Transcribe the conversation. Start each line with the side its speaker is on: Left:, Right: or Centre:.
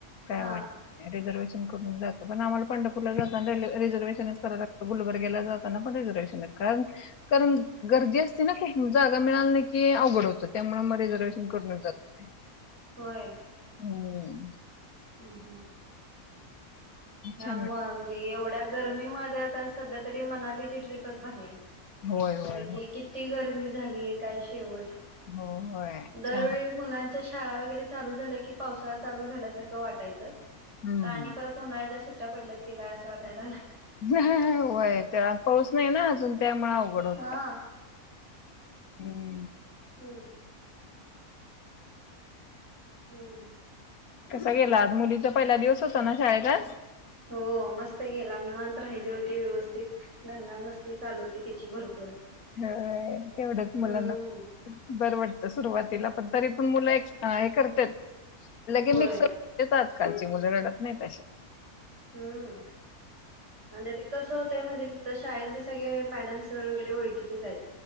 Left: काय
Right: हा
Left: वाटत रिझर्वेशन करून जातो. पण आमाला पंढपूरला जाताना रिझर्वेशनच कराय लागतं. गुलबर्गेला जात त्यांना पण रिझर्वेशन, कारण कारण गर्दी असती ना खूप, मग जागा मिळाली नाही की अवघड होतं. त्यामुळे मग रिझर्वेशन करूनच जाते.
Right: होय,
Left: हम्म.
Right: हम्म-हम्म. ह्या
Left: छान
Right: म्हणजे
Left: वाटतं.
Right: एवढ्या गरमीमध्ये आता सध्या तरी मनालीची ट्रिपच भारी.
Left: होय होय
Right: कारण की किती गर्मी झाली, काय शेवट.
Left: हो होय,
Right: दरवेळी
Left: छान
Right: मुलांच्या शाळा वगैरे चालू झाल्या कि पावसाळा चालू झाल्यासारखं वाटायचं
Left: हम्म
Right: आणि परत उन्हाळ्याच्या सुट्ट्या पडल्यात की काय असं वाटायला लागले.
Left: हा-हा-हा होय, त्यावर पाऊस नाही ना अजून. त्यामुळे अवघड होत
Right: हा.
Left: <inaudible>
Right: हम्म. हम्म.
Left: कसा गेला आज, मुलीचा पहिला दिवस होता ना शाळे चा आज.
Right: हो, मस्त गेला, निवत राहिली होती व्यवस्थित, दंगामस्ती चालू होती ती ची भरपूर.
Left: होय, तेवढंच
Right: हम्म
Left: मुलांना बरं वाटतं सुरुवातीला, पण तरी पण मुलं एक काय करतात. लगेच
Right: होय
Left: मिक्स होतात. आज कालची मुलं रडत नाहीत अशी.
Right: हम्म, अन् ते. कसं होतंय, तिथं म्हणजे शाळेतली सगळे मॅडम सर वगैरे ओळखीचेच आहेत.